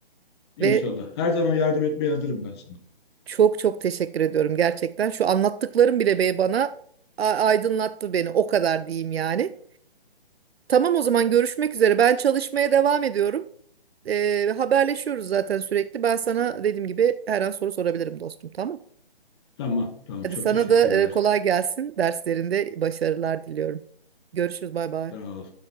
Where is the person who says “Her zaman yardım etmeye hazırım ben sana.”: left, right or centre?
Left